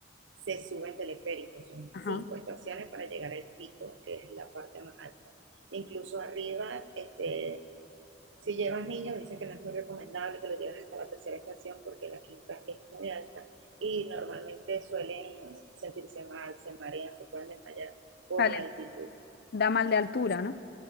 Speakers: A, on the right; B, on the left.
A: Se sube en teleférico, son
B: Ajá.
A: cinco estaciones para llegar al pico, que es la parte más alta. Incluso arriba, este, Si llevas niños, dicen que no es muy recomendable que lo lleves hasta la tercera estación porque la quinta es muy alta y normalmente suelen sentirse mal, se marean, se pueden desmayar por
B: Vale,
A: la altitud.
B: da mal de altura, ¿no?